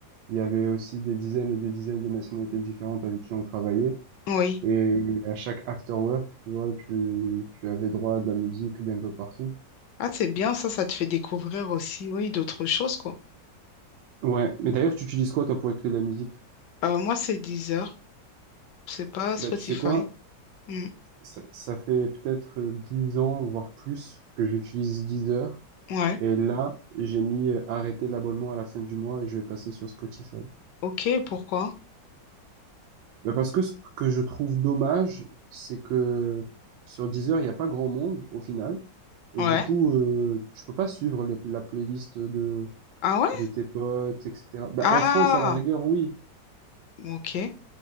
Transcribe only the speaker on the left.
oui.
Ah, c'est bien, ça, ça te fait découvrir aussi, oui, d'autres choses, quoi.
Euh, moi, c'est Deezer, c'est pas Spotify.
Hmm.
Ouais,
ok, pourquoi?
Ouais.
Ah ouais?
Ah,
ok.